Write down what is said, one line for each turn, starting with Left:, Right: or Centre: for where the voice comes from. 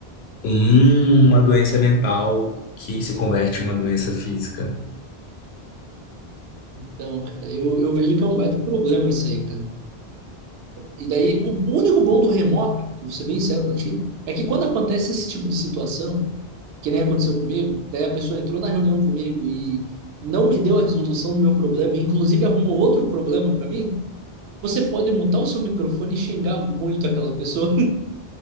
Left: uma doença mental que se converte em uma doença física.
Right: Então, cara, eu, eu vejo que é um baita problema isso aí, cara. E daí, o único bom do remoto, vou ser bem sério pra ti, é que quando acontece esse tipo de situação, que nem aconteceu comigo, daí a pessoa entrou na reunião comigo e não me deu a resolução do meu problema, e inclusive arrumou outro problema pra mim, você pode mutar o seu microfone e xingar muito aquela pessoa.